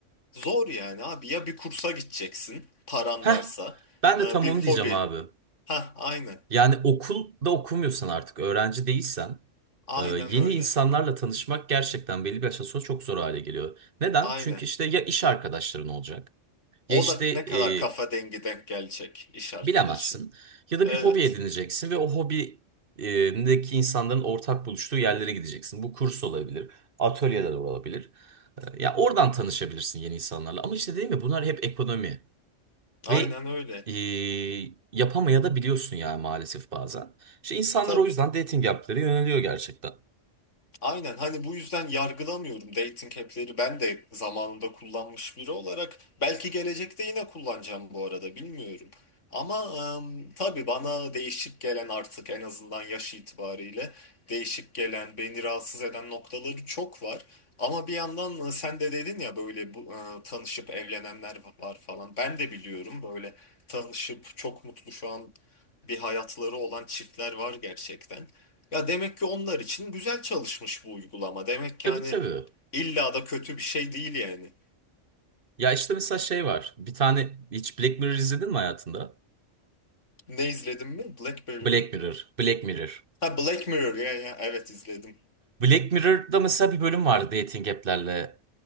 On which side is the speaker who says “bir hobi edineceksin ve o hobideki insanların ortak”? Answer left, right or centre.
Right